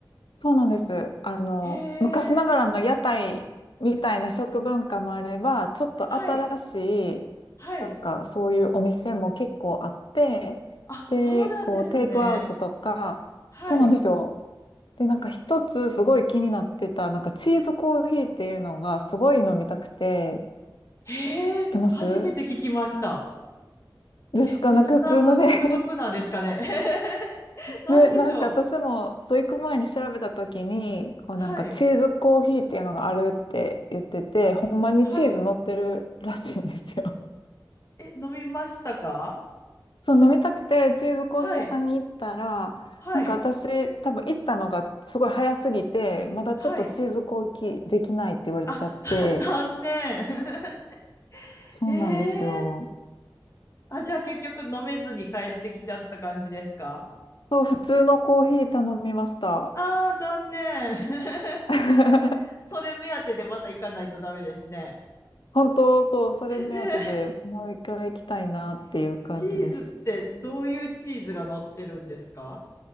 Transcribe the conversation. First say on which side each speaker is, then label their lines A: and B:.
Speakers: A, on the left; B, on the left.
A: そうなんです。あの、
B: へ
A: 昔ながらの屋台みたいな食文化もあれば、
B: え。
A: ちょっと新しい、
B: はい。はい。
A: なんかそういうお店も結構あって、
B: あ、
A: で、
B: そうなんですね。
A: こう、テイクアウトとか、
B: はい。
A: そうなんですよ。で、なんか一つすごい気になってた、なんかチーズコーヒーっていうのがすごい飲みたくて、
B: へえ、
A: 知ってます
B: 初めて聞きました。
A: ですかなんか普通のね
B: ベトナム独特なんですかね。<laughs> なんでしょ
A: で、なんか私も、そう行く前に調べた時に、こうなんかチーズコーヒーっていうのがあるって言ってて、
B: う。はい。
A: ほんまにチーズ乗ってるらしいんですよ。
B: はい。
A: <laughs>
B: え、飲みましたか
A: そう、飲みたくてチーズコーヒー屋さんに行ったら、
B: はい。はい。
A: なんか私多分行ったのがすごい早すぎて、まだちょっとチーズコーヒーできないって言われちゃって、
B: はい。あ、<laughs> 残念。<laughs>
A: そうなんですよ。
B: ええあ、じゃあ結局飲めずに帰ってきちゃった感じですか
A: そう、普通のコーヒー頼みました。
B: ああー、残念。<laughs>
A: <laughs>
B: それ目当てでまた行かないとダメですね。
A: 本当、そう、それ目当てでもう一回行きたいなっていう感じです。
B: <laughs> ねえチーズってどういうチーズが乗ってるんですか